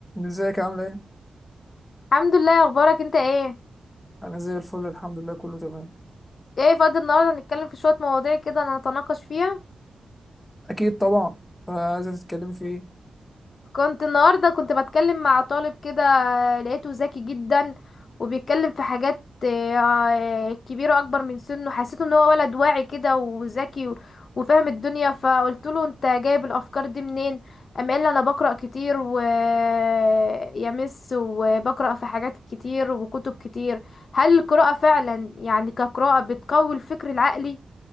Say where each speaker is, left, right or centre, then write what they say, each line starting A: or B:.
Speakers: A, on the left; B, on the left.
A: ازيك عاملة ايه؟
B: الحمد لله اخبارك انت ايه
A: أنا زي الفل الحمد لله كله تمام
B: ايه فاضي النهارده نتكلم في شويه مواضيع كده نتناقش فيها
A: أكيد طبعا آه، عايزة تتكلمي في ايه؟
B: كنت النهارده كنت بتكلم مع طالب كده لقيته ذكي جدا وبيتكلم في حاجات آه، كبيره اكبر من سنه حسيت ان هو ولد واعي كده وذكي و- وفاهم الدنيا فقلت له انت جايب الافكار دي منين قام قال لي انا بقرا كتير ويا مس وبقرا في حاجات كتير وكتب كتير هل القراءه فعلا يعني كقراءه بتقوي الفكر العقلي